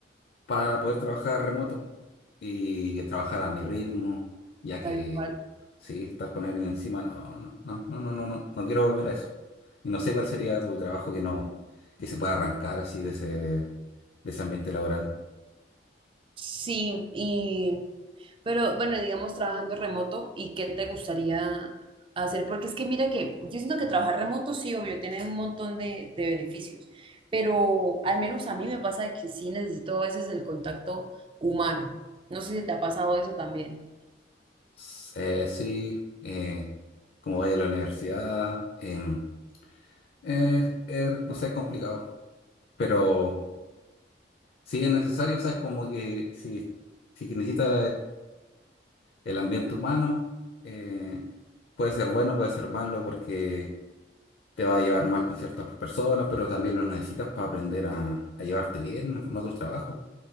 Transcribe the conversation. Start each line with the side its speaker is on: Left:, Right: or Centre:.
Left: para poder trabajar remoto y trabajar a mi ritmo, ya que
Right: Tal cual.
Left: sí, estar con alguien encima, no, no, no, no, no, no, no, no quiero volver a eso. Y no sé cuál sería tu trabajo que no, que se pueda arrancar así de ese, de ese ambiente laboral.
Right: Sí, y, pero bueno, digamos trabajando remoto, ¿y qué te gustaría hacer? Porque es que mira que yo siento que trabajar remoto sí, obvio, tiene un montón de, de beneficios, pero al menos a mí me pasa de que sí necesito a veces el contacto humano. No sé si te ha pasado eso también.
Left: S- eh, sí, eh, como voy a la universidad, em, eh, eh, no sé, es complicado, pero sí es necesario, ¿sabes? Como que si, si que necesitas el ambiente humano eh, puede ser bueno, puede ser malo, porque te va a llevar mal con ciertas personas, pero también lo necesitas para aprender a, a llevarte bien con otros trabajos.